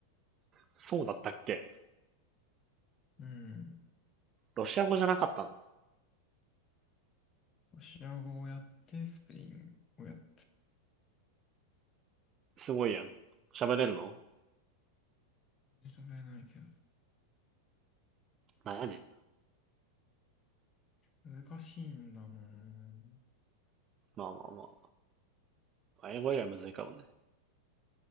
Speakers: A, on the right; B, on the left.
A: そうだったっけ
B: うん。
A: ロシア語じゃなかったの
B: ロシア語をやって、スペインをやってる。
A: すごいやん。喋れるの
B: 全然喋れないけど。
A: なんやねん。
B: 難しいんだもん。
A: まあまあまあ。英語以外むずいかもね。